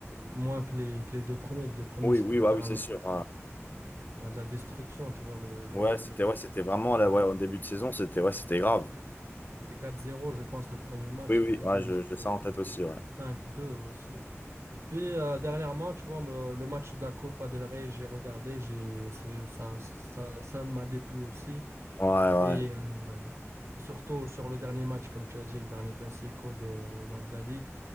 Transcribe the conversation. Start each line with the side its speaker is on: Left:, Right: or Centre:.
Right: moins que les, que les deux premiers. Les deux premiers,
Left: Oui,
Right: c'était
Left: oui,
Right: littéralement
Left: ouais, oui, c'est sûr. hein.
Right: de, ben, de la destruction, tu vois, le, le,
Left: Ouais, c'était
Right: le Barça.
Left: ouais, c'était vraiment
Right: C'était
Left: là, ouais, en début de saison, c'était ouais, c'était grave.
Right: 4-0, je pense, le premier match,
Left: Oui, oui,
Right: et le deuxième,
Left: ouais, je,
Right: c'était
Left: j'ai ça en tête aussi, ouais.
Right: 5-2 aussi. Puis euh, dernièrement, tu vois, me- le match de la Copa del Rey, j'ai regardé, j'ai c'est- ça, ça, ça ne m'a déplu aussi.
Left: Ouais, ouais,
Right: Et euh, surtout sur le dernier match, comme tu as dit, le dernier Classico de, ben, de la Ligue,